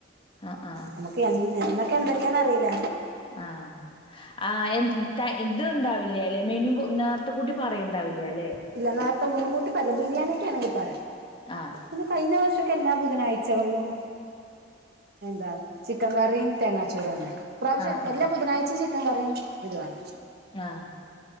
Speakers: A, on the left; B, on the right.
A: ആഹ് ആഹ്
B: നമുക്ക് എന്നൊക്കെ എന്തൊക്കെയാന്ന് അറിയില്ല.
A: ആഹ്. ആഹ് എ ഇത് ഇണ്ടാവില്ല അല്ലെ മെനു നേരത്തെ കൂട്ടി പറയണ്ടാവില്ലല്ലെ.
B: ഇല്ല നേരത്തെ മുൻകൂട്ടി പറയില്ല ബിരിയാണിയക്കെ ആണെങ്കി പറയും.
A: ആഹ്
B: പിന്നെ കഴിഞ്ഞ വർഷക്ക എല്ലാ ബുധനാഴ്ചകളിലും. എന്താ ചിക്കൻ കറീ തെങ്ങാച്ചോറുആണ്. ഇപ്രാവശ്യം
A: ആഹ്
B: എല്ലാ ബുധനാഴ്ചയും ചിക്കൻ കറിയും ഇദുവാണ്.
A: ആഹ്